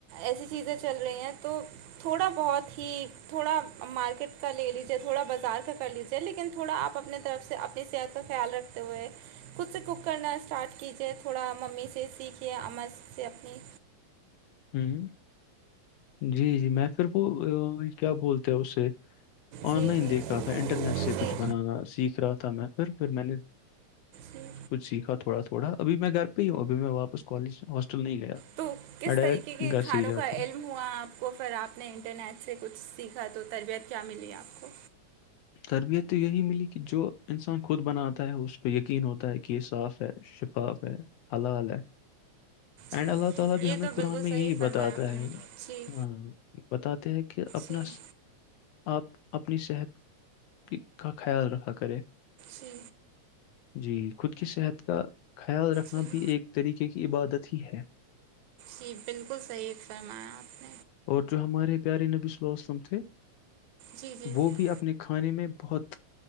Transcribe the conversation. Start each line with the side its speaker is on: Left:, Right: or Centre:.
Right: ایسی چیزیں چل رہی ہیں تو تھوڑا بہت ہی تھوڑا مارکیٹ کا لے لیجے تھوڑا بازار کا کر لیجیے لیکن تھوڑا آپ اپنے طرف سے اپنی صحت کا خیال رکھتے ہوئے خچود سے کوک کرنا اسٹارٹ کیجے تھوڑا ممی سے سیکھھیے اما سے اپنی
Left: ہوں جی جی میں پھر وہ کیا بولتے ہیں اس سے آن
Right: جی
Left: لائن
Right: جی
Left: دیکھ رہا تھا انٹرنیٹ سے
Right: جی
Left: کچھ بنانا سیکھ رہا تھا میں پھر پھر میں نے
Right: جی
Left: کچھ سیکھا تھوڑا تھوڑا ابھی میں گھر پہ ہی ہوں ابھی میں واپس کالج ہاسٹل نہیں گیا
Right: تو کس
Left: میں ڈائریکٹ
Right: طریقے کے
Left: گھر
Right: کھانوں
Left: سے ہی جاتا
Right: کا علم
Left: ہوں
Right: ہوا آپ کو پھر آپ نے انٹرنیٹ سے کچھ سیکھا تو تربیعت کیا ملی آپ کو
Left: تربیت تو یہی ملی کہ جو انسان خود بناتا ہے اس پہ یقین ہوتا ہے کہ یہ صاف ہے شفاف ہے حلال ہے اینڈ
Right: جی
Left: اللہ تعالی بھی
Right: یہ
Left: ہمیں
Right: تو
Left: قران
Right: بالکل
Left: میں
Right: صحیح
Left: یہی
Right: فرمایا
Left: بتاتا
Right: آپ نے
Left: ہے
Right: جی
Left: بتاتے ہیں کہ اپنا
Right: جی
Left: آپ اپنی صحت کا خیال رکھا کرے
Right: جھی
Left: جی خود کی صحت کا خیال رکھنا
Right: جی
Left: بھی ایک طریقے کی عبادت ہی ہے
Right: جی بالکل صحیح فرمایا آپ نے
Left: اور جو ہمارے پیارے نبی صلی اللہیہ وسلم تھے
Right: جی جی
Left: وہ
Right: جی
Left: بھی اپ اپنے کھانے میں بہت